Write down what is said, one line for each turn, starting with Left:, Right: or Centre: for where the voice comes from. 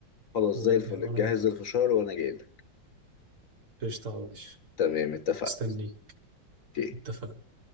Left: خلاص
Right: وانا
Left: زي الفل
Right: جاي وانا
Left: جاهز
Right: موافق
Left: الفشار وانا جايلك
Right: قشطه يا باشا
Left: تمام اتفقنا
Right: مستنيك
Left: اوكي
Right: اتفقنا